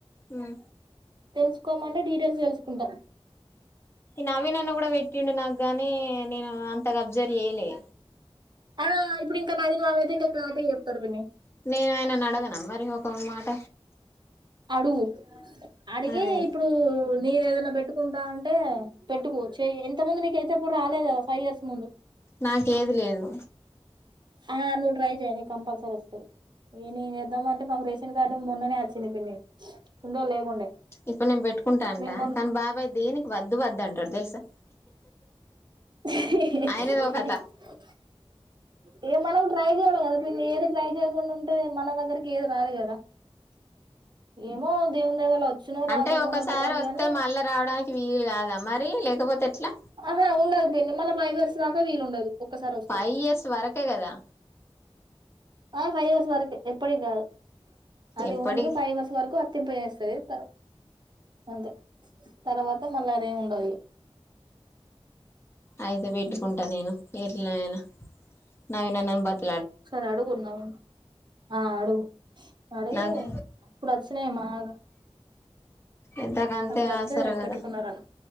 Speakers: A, on the left (about 25°); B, on the right (about 45°).
A: హ్మ్
B: తెలుసుకోమంటే డిటేయిల్స్ తెలుసు కుంట
A: నవీనన్న కూడ పెట్టిండు నాకు గానీ నేను అం తగా అబ్జరి చెయలే
B: ఆ ఇప్పుడు ఇంకా నవీన్ మామైతే ఇంక క్లారిటీ గా చెప్తడు పిన్ని
A: నేను ఆయనను అడగనా మరి ఒక మాట
B: అడుగు అడిగీ
A: అదే
B: ఇప్పుడు నీది ఏదైనా పెట్టుకుంటా అం టే పెట్టుకోవచ్చు ఎంత మంది నీ కైతే ఎప్పుడు రాలేదు కదా ఫైవ్ ఇయర్స్ ముందు
A: నాకేది లేదు
B: ఆ నువ్వు ట్రై చేయ్ కంపల్సరీ వస్తాయి నేనేం ఏం వేద్దామంటే పమరే న్ కార్డు మొన్ననే వచ్చింది పిన్ని ఉండ లేకుండే
A: ఇప్పుడు నేను పెట్టుకుంటా అంటా
B: మేము మొన్
A: కానీ బాబాయ్ దేనికి వద్దు వద్ద అంటాడు తెలుసా
B: <unintelligible>
A: ఆయనదో కథ
B: ఏ మనం ట్రై చేయాలి కదా పిన్ని ఏది ట్రై చేయకుండా ఉంటే మన దగ్గరికి ఏది రాదు కదా ఏమో దేవుని దయ వల్ల వచ్చునో
A: అంటే
B: రాకపోనో
A: ఒకసారి
B: తెలవదు
A: వస్తే
B: గాని
A: మళ్ళా రావడానికి వీలు కాదా మరి లేకపోతే ఎట్లా
B: ఆహా ఉండదు పిన్ని మళ్ళీ ఫైవ్ ఇయర్స్ దాకా వీలు ఉండదు ఒక్కసారి వస్తే
A: ఫైవ్ ఇయర్స్ వరకే కదా
B: ఆ ఫైవ్ ఇయర్స్ వరకే ఎప్పటికి కాదు అది
A: ఎప్పటి
B: ఓన్లీ ఫైవ్ర్స్ వరకు ప పస తర అంతే తర్వాత మళ్ళ అదేమి ఉండదు ఇగ
A: అయితే పెటుకుంటా
B: అంతే
A: నేను ఏ నేనా నాయి నిన్న బాతిక్
B: ఒకసారి అడుగు ఉన్నవో, ఆ అడుగు అడిగి
A: నాకు
B: అప్పుడు వచ్చినాయి మాగా
A: ఇంతా కంటే
B: అప్పుడైతే
A: ఆసరా
B: పెట్టుకున్నారని
A: కదా